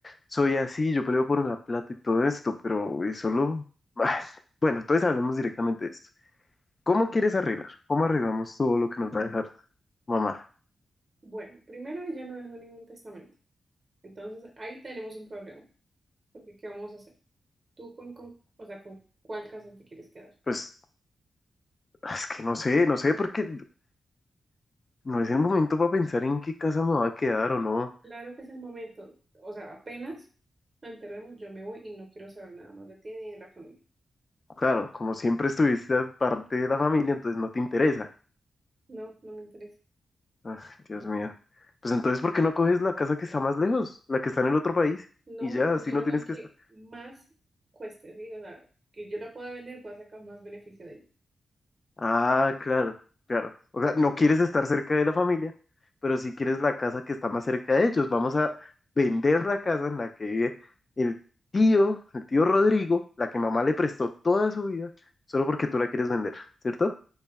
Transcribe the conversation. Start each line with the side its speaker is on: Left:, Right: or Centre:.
Left: soy así, yo peleo por la plata y todo esto, pero es solo... <laughs> Ay, Bueno, entonces hablemos directamente de esto. ¿Cómo quieres arreglar? ¿Cómo arreglamos todo lo que nos va a dejar mamá?
Right: Bueno, primero ella no dejó ningún testamento, entonces ahí tenemos un problema, porque ¿qué vamos a hacer? ¿Tú con, con, o sea, con cuál casa te quieres quedar?
Left: Pues es que no sé, no sé, porque no es el momento para pensar en qué casa me va a quedar o no.
Right: Claro que es el momento. O sea, apenas la enterremos, yo me voy y no quiero saber nada más de ti ni de la familia.
Left: Claro, como siempre estuviste parte de la familia, entonces no te interesa.
Right: No, no me interesa.
Left: Ay, Dios mío. Pues entonces, ¿por qué no coges la casa que está más lejos, la que está en el otro país?
Right: No,
Left: Y ya,
Right: yo
Left: así
Right: quiero
Left: no tienes
Right: la que
Left: que estar.
Right: más cueste, ¿sí? O sea, que yo la pueda vender y pueda sacar más beneficio de ella.
Left: Ah, claro, claro. O sea, no quieres estar cerca de la familia, pero sí quieres la casa que está más cerca de ellos. Vamos a vender la casa en la que vive el tío, el tío Rodrigo, la que mamá le prestó toda su vida, solo porque tú la quieres vender, ¿cierto?